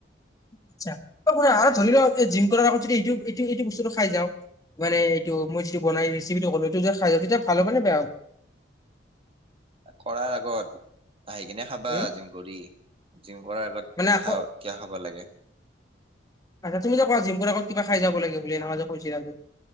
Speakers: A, on the left; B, on the right.
A: আচ্ছা আৰু ধৰি লও জিম কৰাৰ আগত যদি এইটো এইটো এইটো বস্তুটো খাই যাওঁ মানে এইটো মই যিটোনাই ৰেচিপিটো ক'লো এইটো যে খাই য তেতিয়া ভাল হবনে বেয়া হব
B: কৰাৰ আগত আহি কিনে খাবা
A: উম
B: জিম কৰি জিম কৰাৰ আগত
A: মানে আকৌ
B: খা কিয় খাব লাগে
A: আচ্ছা তোমি যে কোৱা জিম কৰা আগত কিবা খাই যাব লাগে বুলি এনেকে যে কৈছিলা যে